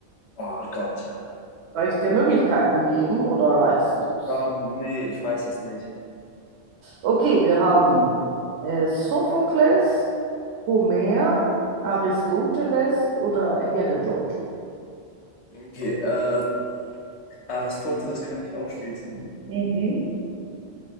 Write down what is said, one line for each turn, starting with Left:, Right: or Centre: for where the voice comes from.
Left: Oh Gott.
Right: Soll ich dir Möglichkeiten geben oder weißt du es?
Left: Ähm, nee, ich weiß es nicht.
Right: Okay, wir haben äh, Sophokles, Homer, Aristoteles oder Herodot.
Left: Okay, äh, Aristoteles kann ich ausschließen.
Right: Mhm.